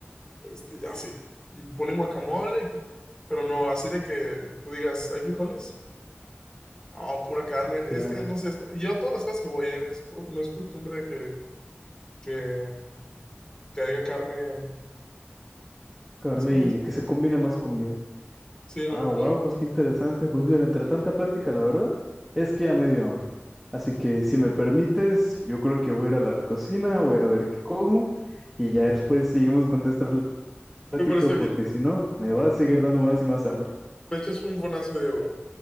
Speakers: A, on the left (about 20°); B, in the centre.
A: este, ya sí. Y ponen guacamole, y p- pero no, así de que tú digas, ¿hay frijoles? No, pura carne. Es
B: ya
A: que, no sé, está- yo a todas las casas que voy, eh, es co- no es costumbre de que, que, que haya carne.
B: carne
A: Sí, pues,
B: y que se combine más comida.
A: sí,
B: Ah,
A: no,
B: wow,
A: no, no,
B: pues qué interesante.
A: no.
B: Pues bien, entre tanta plática, la verdad es que ya me dio hambre. Así que si me permites, yo creo que voy a ir a la cocina, voy a ver qué como y ya después seguimos con esta plática
A: Me parece
B: porque
A: bien.
B: si no, me va a seguir dando más y más hambre.
A: Me echas un bonazo, Diego.